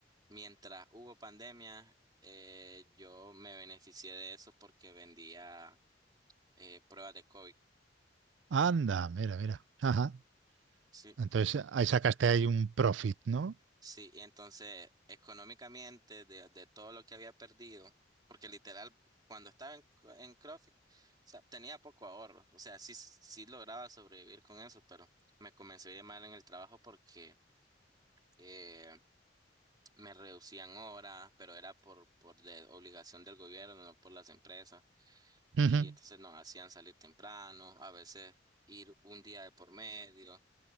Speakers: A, on the right; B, on the right.
A: mientras hubo pandemia, eh, yo me beneficié de eso porque vendía eh, pruebas de COVID.
B: Anda, mira, mira. Ajá.
A: Sí,
B: Entonces ahí sacaste ahí un profit, ¿no?
A: sí, y entonces económicamente de, de todo lo que había perdido, porque literal cuando estaba en, co- en CrossFit, o sea, tenía poco ahorro, o sea, sí, sí lograba sobrevivir con eso, pero me comencé a ir mal en el trabajo porque eh, me reducían horas, pero era por, por de obligación del gobierno, no por las empresas. Y
B: Ujú.
A: entonces nos hacían salir temprano, a veces ir un día de por medio